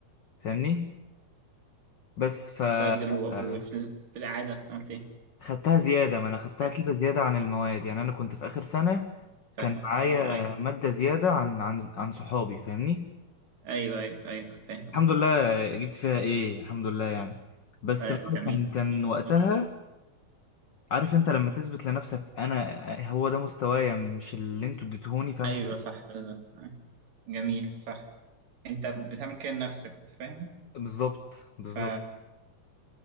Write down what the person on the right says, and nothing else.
طيب جميل و-
وفي ال- في الإعادة عملت إيه
ساعتها
فاهمك
أه أيوه
أيوه أيوه أيوه فاهم
أه
أيوه
جميل
إن
شاء
الله
أيوه
صح بالظبط آه. جميل صح أنت بتعمل كده لنفسك فاهم
ف